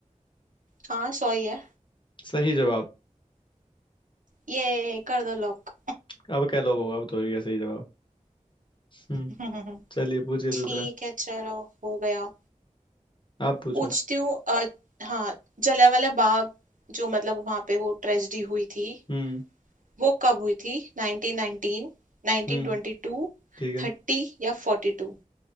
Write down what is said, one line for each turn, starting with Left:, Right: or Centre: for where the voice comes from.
Right: हाँ सौ ही है
Left: सही जवाब
Right: ये कर दो लॉक
Left: अब क्या लोग होगा अब तो हो गया सही जवाब हम्म
Right: <laughs>
Left: चलिए पूछिए दूसरा
Right: ठीक है चलो हो गया
Left: आप पूछो
Right: पूछती हूँ अ, हाँ जलियांवाला बाग जो मतलब वहां पे वो ट्रेजेडी हुई थी
Left: हम्म
Right: वो कब हुई थी 1919 1922
Left: हम्म ठीक है
Right: 30 या 42